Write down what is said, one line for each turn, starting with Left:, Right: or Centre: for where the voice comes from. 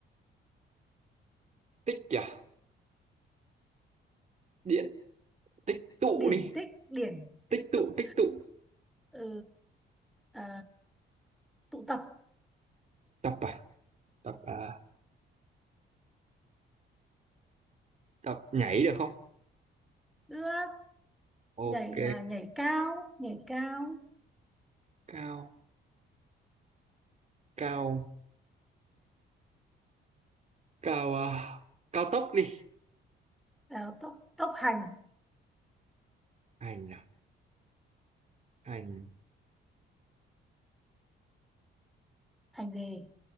Right: tích à điện tích tụ
Centre: điển
Right: đi
Centre: tích điển
Right: tích
Centre: tích
Right: tụ
Centre: tụ
Right: tích tụ
Centre: ừ, à, tụ tập
Right: tập à tập à tập nhảy được không
Centre: nước
Right: ok
Centre: nhảy à, nhảy cao nhảy cao
Right: cao cao cao ờ, cao tốc đi
Centre: à, tốc tốc hành
Right: hành à hành
Centre: hành gì